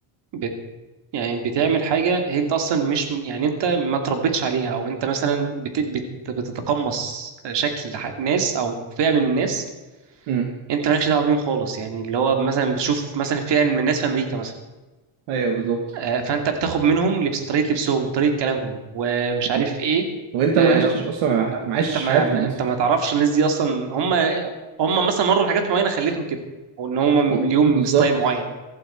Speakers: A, on the right; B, on the right.
A: بت يعني بتعمل حاجه هي انت اصلا مش يعني انت ما تربيتش عليها او انت مثلا بت بت بتتقمص شكل ح- ناس او فئه من الناس
B: مم.
A: انت مالكش دعوه بيهم خالص يعني اللي هو مثلا بتشوف مثلا فئه من الناس في امريكا مثلا
B: ايوه بالظبط
A: آه، فانت بتاخد منهم لبس طريقه لبسهم وطريقه كلامهم ومش عارف
B: مم.
A: ايه
B: وانت
A: آه،
B: ما عشتش اصلا ما عشتش
A: انت ما
B: حياتهم
A: ما-
B: اصلا
A: انت ما تعرفش الناس دي اصلا هم هم مثلا مروا بحاجات معينه خلتهم كده او ان هم
B: و-
A: ليهم
B: بالظبط
A: ستايل معين